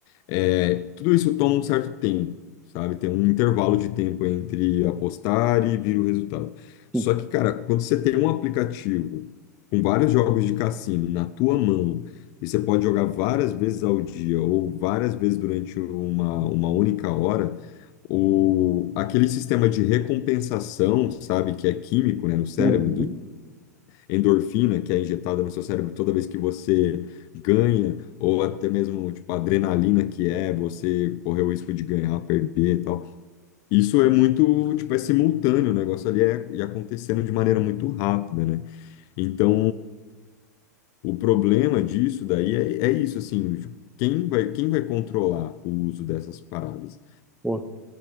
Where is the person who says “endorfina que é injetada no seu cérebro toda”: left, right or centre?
Left